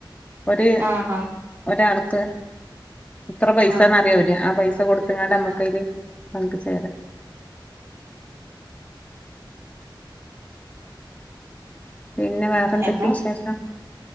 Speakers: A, on the left; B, on the right.
A: ഒര്
B: ആഹ് ആഹ്
A: ഒരാൾക്ക് ഇത്ര പൈസാന്നറിയും
B: ആഹ്
A: അവര് ആ പൈസ കൊടുത്ത്ങ്ങാണ്ട് നമ്മക്കയില്
B: ആഹ്
A: പങ്ക് ചേരാ പിന്നെ വേറെന്തൊക്കെ
B: എന്നാ
A: വിശേഷം?